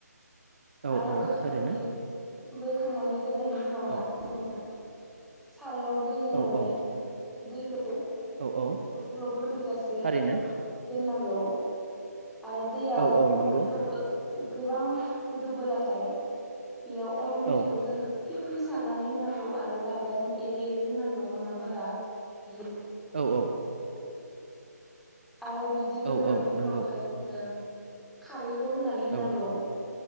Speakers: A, on the right; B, in the centre.
A: औ
B: आरो
A: औ
B: बोखांनानै
A: थारैनो
B: बोखांनानै दोननायनि उनावहाय
A: औ
B: जोङो सारायाव दै होनानै
A: औ औ
B: दैखौ
A: औ औ
B: ग्लब ग्लब गोदौजासे
A: थारैनो
B: दोननांगौ आरो दैया
A: औ औ नंगौ
B: गोदौ गोबां गोदौबोलाथाय बेयाव अन गुन्दैखौ
A: औ
B: जोङो फि फि सारनानै होनांगौ आरो गारबाजों एरै एरै होनांगौ नङा बा बियो
A: औ औ
B: आरो बिदि
A: औ
B: गोदोनायनि
A: औ नंगौ
B: उनावहाय जोङो खारैखौ होनानै
A: औ
B: होनांगौ।